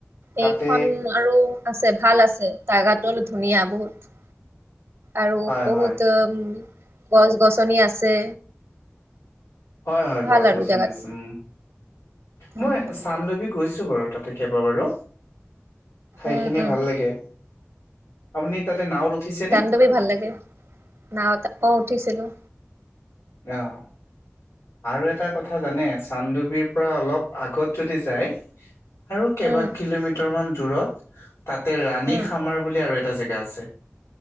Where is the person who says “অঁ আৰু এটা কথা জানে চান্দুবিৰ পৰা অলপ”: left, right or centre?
Left